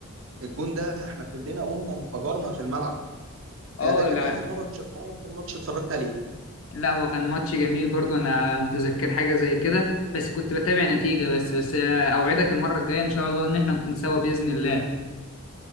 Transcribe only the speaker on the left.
اه
لا
لا هو كان ماتش جميل برضه انا متذكر حاجة زي كده بس كنت بتابع نتيجة بس بس آه، اوعدك المرة الجاية ان شاء الله ان احنا نكون سوا بإذن الله